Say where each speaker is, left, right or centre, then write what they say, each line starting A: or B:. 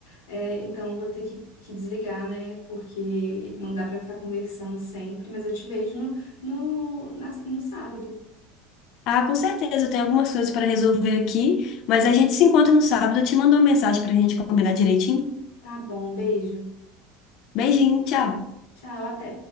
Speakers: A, on the left; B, on the left.
A: É, então, eu vou ter que, que desligar, né? Porque não dá pra ficar conversando sempre. Mas eu te vejo no, no, na- no sábado.
B: Ah, com certeza, eu tenho algumas coisas para resolver aqui, mas a gente se encontra no sábado. Eu te mando uma mensagem para a gente combinar direitinho.
A: Tá bom, beijo.
B: Beijinho, tchau.
A: Tchau, até.